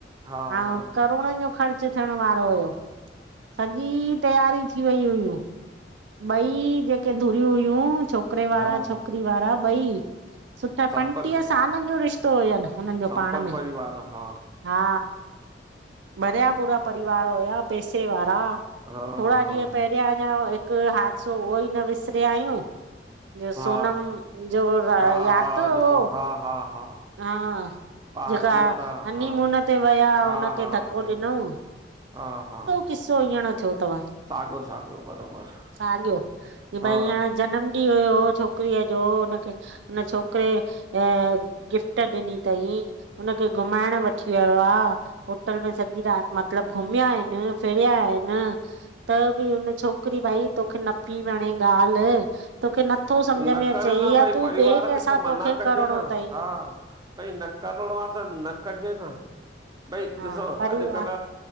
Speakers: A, on the right; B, on the right.
A: हा
B: अऊं
A: हा
B: करोड़नि जा ख़र्च थियण वारो हुयो, सॼी तयारी थी वई हुयूं। ॿई जेके धुरियूं हुयूं, छोक करे वारा
A: हा हा,
B: छोकिरी वारा ॿई, सुठा
A: संपन्न
B: पंटीह सालनि जो रिश्त तो हुयनि हुननि जो
A: संपन्न
B: पाण में
A: परिवार हा
B: हा भरिया पूरा परिवार हुया, पैसे वारा।
A: हा
B: थोरा
A: हा
B: ॾींहं पहिरियां अञां हिकु हादिसो उहो ई न विसरिया आहियूं। जो
A: हा,
B: सोनम जो यादि
A: हा, हा,
B: अथव
A: जेको
B: उहो?
A: हा, हा, हा
B: हा,
A: पहाड़ीअ
B: जेका
A: तां
B: हनीमुन
A: हा।
B: ते वया
A: हा,
B: हुनखे,
A: हा,
B: धको
A: अचे
B: ॾिन‌ऊं?
A: हा, हा
B: किसो हीअर थियो अथव
A: साॻियो साॻियो बरोबर
B: साॻियो की
A: हा।
B: भई हींअर जनम की हुयो छोकिरीअ जो हुनखे हुन छोकिरे अअअ गिफ्ट ॾिनी तई, हुनखे घुमाइण वठी वयो आ होटल में सॼी राति मतिलबु घुमिया आहिनि, फिरिया आहिनि। त बि हुन छोकिरी भाई तोखे न पेई वणे ॻाल्हि तोखे नथो समझ
A: न
B: में
A: कर
B: अच‌इ
A: न
B: या
A: भई
B: तूं
A: परिवार
B: ॿिए कंहिंसा
A: खे मना
B: तोखे
A: कजे
B: करिणो
A: न
B: तई
A: हा। भई न करिणो आ त न कजे न, भई
B: हा
A: ॾिसो
B: परिवार
A: अॼु कल